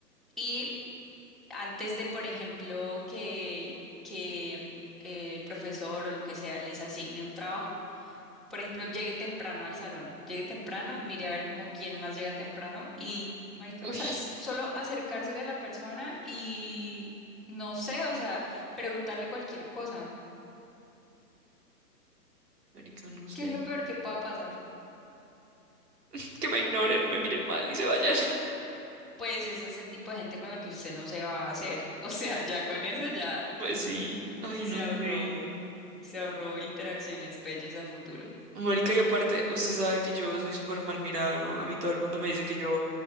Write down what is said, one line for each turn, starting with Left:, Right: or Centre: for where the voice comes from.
Centre: Y antes de, por ejemplo, que, que mm, el profesor o lo que sea les asigne un trabajo, por ejemplo, llegue temprano al salón, llegue temprano, mire a ver como quién más llega temprano y, marica,
Right: Uy,
Centre: o sea, es solo acercársele a la persona y, no sé, o sea, preguntarle cualquier cosa.
Right: marica, no sé.
Centre: ¿Qué es lo peor que pueda pasar?
Right: <laughs> Que me ignoren y me miren mal y se vayan. <laughs>
Centre: Pues ese es el tipo de gente con la que usted no se va a hacer. <laughs> O sea, ya con eso ya
Right: Pues sí. Ay,
Centre: se
Right: no
Centre: ahorró,
Right: sé.
Centre: se ahorró interacciones pelles a futuro.
Right: Marica, y aparte, usted sabe que yo soy súper mal mirada, ¿no? A mí todo el mundo me dice que yo,